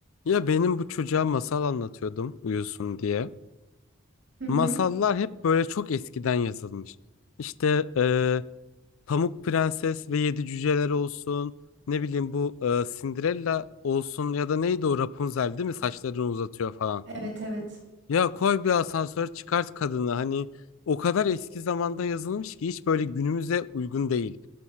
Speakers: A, on the left; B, on the right.
A: Ya benim bu çocuğa masal anlatıyordum uyusun diye.
B: Hı hı.
A: Masallar hep böyle çok eskiden yazılmış. İşte e, Pamuk Prenses ve Yedi Cüceler olsun. Ne bileyim bu e, Cinderella olsun ya da neydi o Rapunzel değil mi? Saçlarını uzatıyor falan.
B: Evet evet.
A: Ya koy bir asansör çıkart kadını. Hani o kadar eski zamanda yazılmış ki hiç böyle günümüze uygun değil.